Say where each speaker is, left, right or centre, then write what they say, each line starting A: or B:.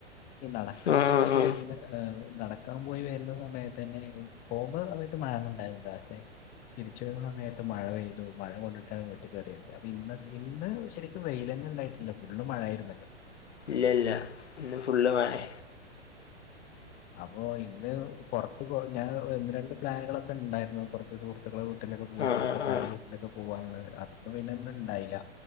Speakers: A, on the left; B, on the left.
A: ഈ നടക്കാൻ
B: ആ
A: പോയിട്ട്
B: ആ ആ
A: വെര്ണെ നടക്കാൻ പോയി വരുന്ന സമയത്തന്നെ പോകുമ്പോ സമയത്ത് മഴന്നുണ്ടായിന്നില്ല പക്ഷെ തിരിച് വരുന്ന സമയം ത് മഴ പെയ്തു മഴ കൊണ്ടിട്ടാണ് വീട്ടിൽ കേറിയത് അപ്പൊ ഇന്ന് ഇന്ന് ശരിക്കും വെയിലന്നെ ണ്ടായി ല്ല ഫുള്ള് മഴ ആയിരുന്നല്ലോ
B: ഇല്ല ഇല്ല ഇന്ന് ഫുള്ള് മഴേ
A: <inaudible> അപ്പോ ഇന്ന് പുറത്ത് കൊ ഞാൻ ഒന്ന് രണ്ട് പ്ലാനുകളൊക്കെ ഉണ്ടായിരുന്നു കുറച്ച് സുഹൃത്തുക്കളെ ട്ടിലൊക്കെ പോവാ
B: ആ
A: കുടുബക്കാരെ
B: ആ ആ
A: വീട്ടിലൊക്കെ പോകനുള്ളത് അതൊക്കെ പിന്നെ ഇണ്ടായില്ല